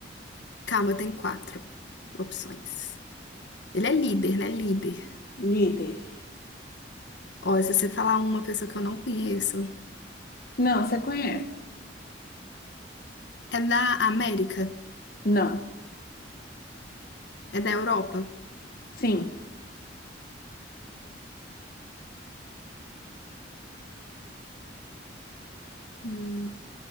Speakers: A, on the left (about 70°); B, on the left (about 50°).
A: calma, tem quatro opções. Ele é líder, né? Líder.
B: Líder.
A: Ó, se você falar uma pessoa que eu não conheço,
B: Não, você conhece.
A: é da América,
B: Não.
A: é da Europa.
B: Sim.
A: Hum,